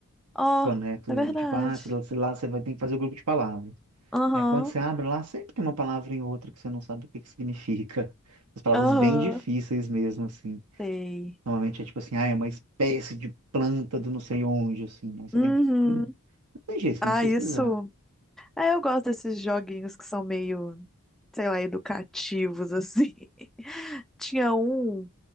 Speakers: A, in the centre; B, on the right.
A: Ó,
B: Conexo,
A: é verdade.
B: tipo, ah, sei lá, sei lá, você vai ter que fazer o grupo de palavras.
A: Aham,
B: Aí quando você abre lá, sempre tem uma palavra em outra que você não sabe o que que significa. As palavras
A: aham,
B: bem difíceis mesmo, assim.
A: sei.
B: Normalmente é tipo assim, ah, é uma espécie de planta do não sei onde, assim. Aí você
A: Uhum.
B: tem que. Não tem jeito, você
A: Ah,
B: tem que pesquisar.
A: isso. Ah, eu gosto desses joguinhos que são meio, sei lá, educativos, assim. <laughs> Tinha um,